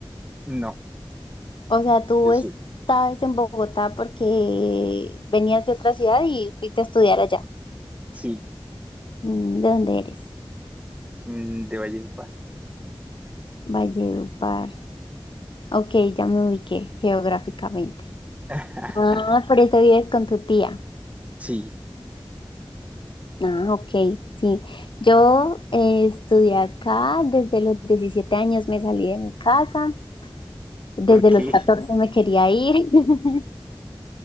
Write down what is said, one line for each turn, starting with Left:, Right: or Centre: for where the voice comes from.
Right: No,
Left: O sea, tú
Right: yo
Left: estabas
Right: soy
Left: en Bogotá porque venías de otra ciudad y fuiste a estudiar allá.
Right: Sí,
Left: Mm, ¿De dónde eres?
Right: mm, de Valledupar.
Left: Valledupar. Ok, ya me ubiqué geográficamente.
Right: <laughs>
Left: Ah, por eso vives con tu tía.
Right: Sí,
Left: Ah, ok, sí. Yo eh, estudié acá, desde los 17 años me salí de mi casa, desde
Right: ¿por qué?
Left: los 14 me quería ir, <laughs>